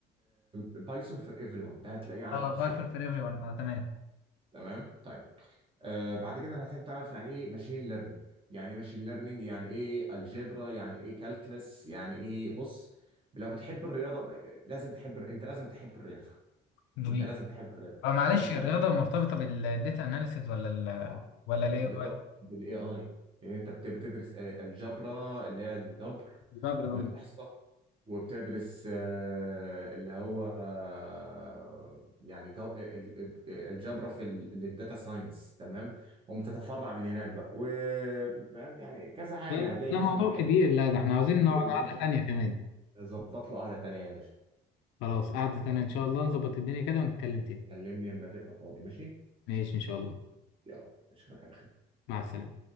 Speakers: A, on the right; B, on the left.
A: بايثون فور ايفري ون ده هتلاقيه على
B: اه
A: كورسيرا
B: بايثون فور ايفري ون اه تمام
A: تمام طيب آه، بعد كده هنحتاج تعرف يعني ايه ماشين ليرنينج يعني ايه ماشين ليرنينج يعني ايه الجبرا يعني ايه كالكلس يعني ايه بص لو بتحب الرياضه لازم تحب انت لازم تحب الرياضه <laughs>
B: جميل
A: انت لازم تحب الرياضه
B: اه معلش
A: لازم تعرف
B: الرياضة مرتبطة بالداتا اناليسيز ولا ال
A: طبعا
B: ولا الاي
A: بالطب
B: اي
A: بالاي اي يعني انت بت- بتدرس الجبر اللي هي الجبر
B: لا بالرغم.
A: والاحصاء وبتدرس آه، اللي هو آه، يعني جو- ال- ال- الجبر في الداتا ساينس تمام وبتتفرع من هناك بقى وفاهم يعني كذا حاجه
B: ده
A: هتلاقي
B: ده
A: كذا
B: موضوع
A: مجال
B: كبير لا ده احنا عاوزين
A: كبير
B: نقعد قعدة
A: وطول شرح
B: تانية كمان
A: ظبط له قعده تانيه يا باشا
B: خلاص قعدة تانية ان شاء الله نظبط الدنيا كده ونتكلم تاني
A: كلمني لما تبقى فاضي ماشي
B: ماشي ان شاء الله
A: يلا اشوفك على خير
B: مع السلامة